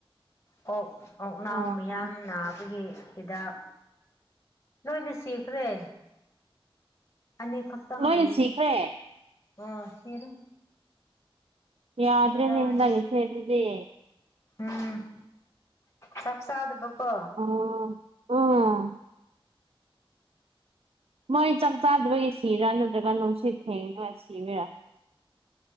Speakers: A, on the left; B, on the right.
A: ꯀꯣꯛ ꯀꯣꯛꯅꯥꯎ
B: ꯑꯣ
A: ꯃꯌꯥꯝ ꯅꯥꯕꯒꯤ ꯍꯤꯗꯥꯛ ꯂꯣꯏꯅ ꯁꯤꯈꯔꯦ ꯑꯅꯤ ꯈꯛꯇꯪ
B: ꯂꯣꯏꯅ
A: ꯂꯩꯌꯦ
B: ꯁꯤꯈ꯭ꯔꯦ
A: ꯑ ꯁꯤꯔꯦ
B: ꯌꯥꯗ꯭ꯔꯦ
A: ꯕꯦꯔꯥꯅꯦ
B: ꯅꯪꯒꯤꯁꯦ ꯑꯗꯨꯗꯤ
A: ꯎꯝ ꯆꯥꯛ ꯆꯥꯗꯕꯀꯣ
B: ꯑꯣ ꯎꯝ ꯃꯣꯏ ꯆꯥꯛ ꯆꯥꯗꯕꯒꯤ ꯁꯤꯔꯥ ꯅꯠꯇ꯭ꯔꯒ ꯅꯨꯡꯁꯤꯠ ꯊꯦꯡꯉꯒ ꯁꯤꯔꯤꯔꯥ